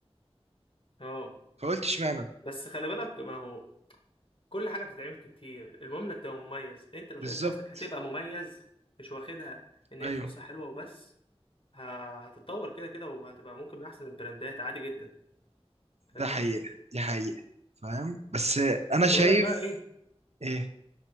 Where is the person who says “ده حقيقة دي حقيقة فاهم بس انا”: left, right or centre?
Right